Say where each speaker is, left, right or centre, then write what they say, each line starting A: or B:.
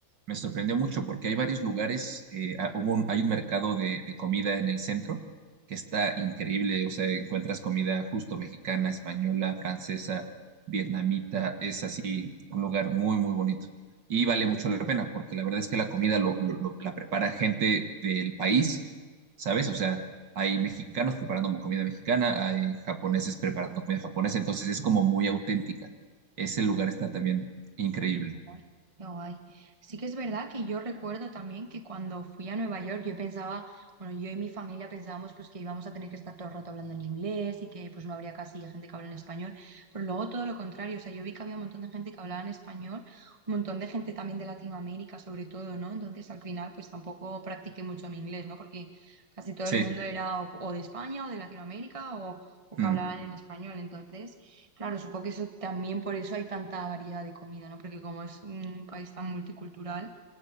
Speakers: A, on the right; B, on the right.
A: me sorprendió mucho porque hay varios lugares, eh, ah, hubo un- hay un mercado de, de comida en el centro que está increíble, o sea, encuentras comida justo mexicana, española, francesa, vietnamita, es así, un lugar muy, muy bonito. Y vale mucho la pena porque la verdad es que la comida lo, lo- lo- la prepara gente del país, ¿sabes? O sea, hay mexicanos preparando comida mexicana, hay japoneses preparando comida japonesa, entonces es como muy auténtica. Ese lugar está también increíble.
B: Guay, qué guay. Sí que es verdad que yo recuerdo también que cuando fui a Nueva York yo pensaba, bueno, yo y mi familia pensábamos pues que íbamos a tener que estar todo el rato hablando en inglés y que pues no habría casi gente que habla en español, pero luego todo lo contrario, o sea, yo vi que había un montón de gente que hablaba en español, un montón de gente también de Latinoamérica sobre todo, ¿no? Entonces al final pues tampoco practiqué mucho mi inglés, ¿no? Porque casi todo
A: Sí,
B: el mundo era o, o de España o de Latinoamérica o, o que
A: mm,
B: hablaban en español, entonces... Claro, supongo que eso también por eso hay tanta variedad de comida, ¿no? Porque como es un país tan multicultural,